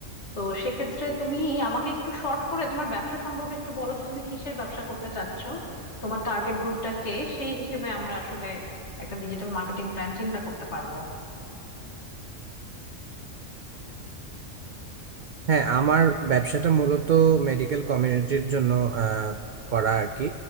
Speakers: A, on the left (about 60°); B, on the right (about 65°).
A: তো সেক্ষেত্রে তুমি আমাকে একটু শর্ট করে তোমার ব্যবসা সম্পর্কে একটু বলো যে তুমি কিসের ব্যবসা করতে চাচ্ছ তোমার টার্গেট গ্রুপটা কে সেই হিসেবে আমরা আসলে একটা ডিজিটাল মার্কেটিং প্ল্যান চিন্তা করতে পারবো
B: হ্যাঁ আমার ব্যবসাটা মূলত মেডিকেল কমিউনিটির জন্য আহ, করা আর কি